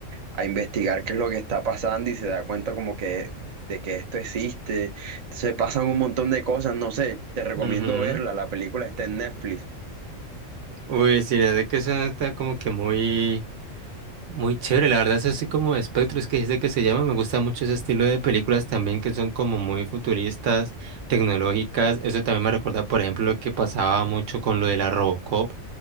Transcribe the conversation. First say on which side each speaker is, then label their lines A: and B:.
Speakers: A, on the right (about 45°); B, on the right (about 70°).
A: a investigar qué es lo que está pasando y se da cuenta como que de que esto existe. Se pasan un montón de cosas, no sé, te recomiendo
B: Ujú.
A: verla, la película está en Netflix.
B: Uy, sí, la verdad que eso está como que muy, Muy chévere, la verdad es así como espectros que dice que se llama, me gusta mucho ese estilo de películas también que son como muy futuristas, tecnológicas, eso también me recuerda por ejemplo lo que pasaba mucho con lo de la Robocop,